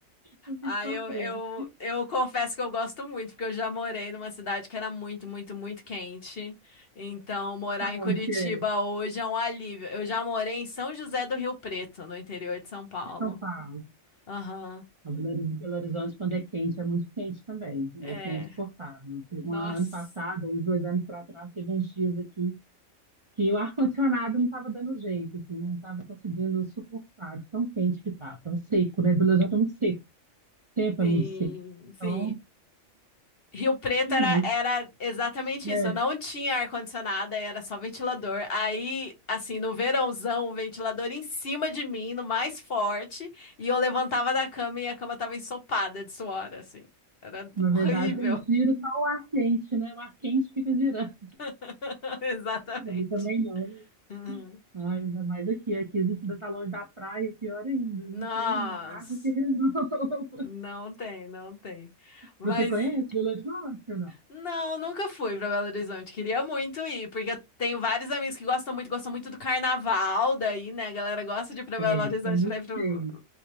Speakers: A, on the right; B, on the left.
A: Eu fico
B: Ah,
A: sofrendo.
B: eu, eu, eu confesso que eu gosto muito, porque eu já morei numa cidade que era muito, muito, muito quente. Então, morar
A: Tá
B: em Curitiba
A: onde que é?
B: hoje é um alívio. Eu já morei em São José do Rio Preto, no interior de São Paulo.
A: É São Paulo.
B: Aham.
A: A Belo Belo Horizonte, quando é quente, é muito quente também. É
B: É.
A: assim, é insuportável. Teve
B: Nossa.
A: um ano passado, ou uns dois anos para trás, teve uns dias aqui que o ar-condicionado não estava dando jeito, assim, não estava conseguindo suportar de tão quente que estava. Seco, né? Belo Horizonte é muito seco, o tempo
B: Sim,
A: é muito seco.
B: sim.
A: Então,
B: Rio Preto era,
A: mas,
B: era exatamente
A: é,
B: isso. Eu não tinha ar-condicionado, aí era só ventilador. Aí, assim, no verãozão, o ventilador em cima de mim, no mais forte, e eu levantava da cama e a cama tava ensopada de suor, assim. Era
A: na
B: horrível.
A: verdade, eu giro só o ar quente, né? O ar quente fica girando.
B: <laughs> Exatamente.
A: Aí também não, né?
B: Uhum.
A: Ah, ainda mais aqui. Aqui a gente ainda está longe da praia, o pior ainda. Não
B: Nossa,
A: tem água que resolva.
B: não tem, não tem. Mas
A: Você conhece Belo Horizonte ou não?
B: Não, nunca fui pra Belo Horizonte. Queria muito ir, porque eu tenho vários amigos que gostam muito, gostam muito do carnaval daí, né? A galera gosta de ir pra
A: É,
B: Belo Horizonte
A: é muito
B: pra ir pro,
A: cheio.